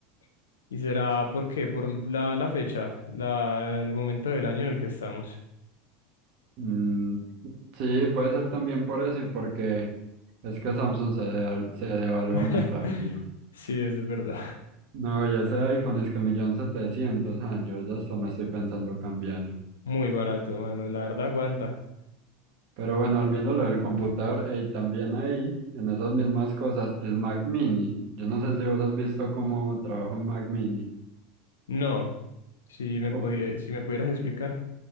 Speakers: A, on the left; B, on the right.
A: <laughs> ¿Y será por qué? Por la, la fecha, la, el momento del año en el que estamos.
B: Mm, sí, puede ser también por eso y porque es que Samsung se, dea- se devalúa
A: <laughs>
B: muy rápido.
A: Sí, eso es verdad.
B: No, y ese iPhone es que millón setecientos. Ah, yo ya hasta me estoy pensando cambiarlo.
A: Muy barato, mano. La verdad aguanta.
B: Pero bueno, volviendo a lo del computador, y también ahí, en esas mismas cosas, el Mac Mini. Yo no sé si vos has visto cómo trabaja un Mac Mini.
A: No. Si me
B: Uf,
A: podía, si me pudieras explicar.